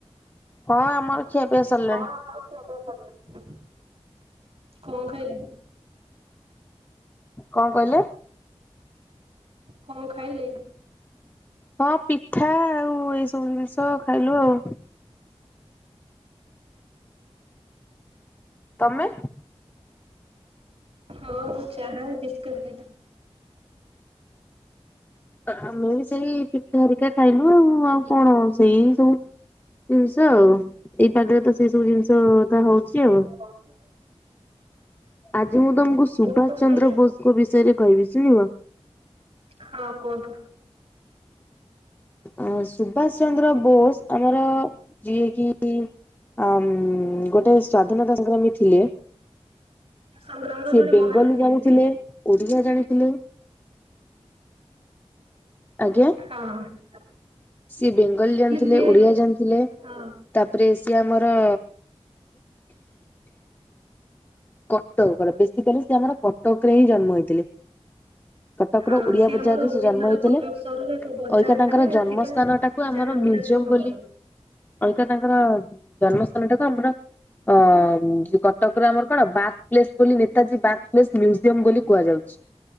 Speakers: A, on the left; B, on the right.
A: ହଁ ଆମର ଖିଆ ପିଆ ସରିଲା
B: ହଁ ଆମର ଖିଆ ପିଆ ସରିଲାଣି କଣ ଖାଇଲେ?
A: କଣ କହିଲେ?
B: କଣ ଖାଇଲେ?
A: ହଁ ପିଠା ଆଉ ଏଇ ସବୁ ଜିନିଷ ଖାଇଲୁ ଆଉ। ତମେ?
B: ହଁ ମୁଁ ଚାହା ବିସ୍କୁିଟ ଖାଇଥିଲି।
A: ଆମେ ବି ସେଇ ପିଠା ହରିକା ଖାଇଲୁ ଆଉ ଆଉ କଣ ସେଇ ସବୁ ଜିନିଷ ଆଉ ଏଇ ପାଖରେ ତ ସେଇ ସବୁ ଜିନିଷ ତା ହଉଛି ଆଉ।
B: ହୋଉଛି।
A: ଆଜି ମୁଁ ତମକୁ ସୁଭାଷ
B: ଉପରେ
A: ଚନ୍ଦ୍ର
B: କହିବେ?
A: ବୋଷଙ୍କ ବିଷୟରେ କହିବି ଶୁଣିବ?
B: ହଁ କୁହନ୍ତୁ।
A: ଅ ସୁଭଷ ଚନ୍ଦ୍ର ବୋଷ ଆମର ଯିଏକି। ଆ ଗୋଟେ ସ୍ଵାଧୀନତା ସଂଗ୍ରାମୀ। ଥିଲେ
B: ସଂଗ୍ରାମର
A: ସିଏ
B: ଜଣେ
A: ବେଙ୍ଗଲୀ
B: ମହାନ ଥିଲେ
A: ଜାଣିଥିଲେ,
B: ସେ।
A: ଓଡିଆ ଜାଣିଥିଲେ। ଆଜ୍ଞା।
B: ହ୍ୟାଲୋ।
A: ସିଏ ବେଙ୍ଗଲୀ ଜାଣିଥିଲେ,
B: ସିଏ
A: ଓଡିଆ ଜାଣିଥିଲେ।
B: ହଁ
A: ତାପରେ ସିଏ ଆମର କଟକର ବେସିକାଲି ସିଏ ଆମର କଟକରେ ହି ଜନ୍ମ ହେଇଥିଲେ। କଟକର
B: ହଁ
A: ଓଡିଆ
B: ସିଏ
A: ବଜାରରେ
B: ଆମର
A: ସେ
B: ଓଡିଶାର
A: ଜନ୍ମ ହେଇଥିଲେ
B: କଟକ ସହରର ଏକ ବଜାର
A: ଅଇକା ତାଙ୍କର
B: ଠାରେ
A: ଜନ୍ମ
B: ଥିବା
A: ସ୍ ସ୍ତାନଟାକୁ ଆମର
B: ଜାନକୀନାଥ
A: ମିଉଜିଅମ୍
B: ଭବନ
A: ବୋଲି ଅଇକା ତାଙ୍କର ଜନ୍ମସ୍ତାନଟାକୁ ଆମର ଅ ଉଁ କଟକରେ ଆମର କଣ ବାର୍ଥ ପ୍ଲେସ୍ ବୋଲି ନେତାଜୀ ବାଥ୍ ପ୍ଲେସ୍ ମ୍ୟୁଜିୟମ ବୋଲି କୁହାଯାଉଛି।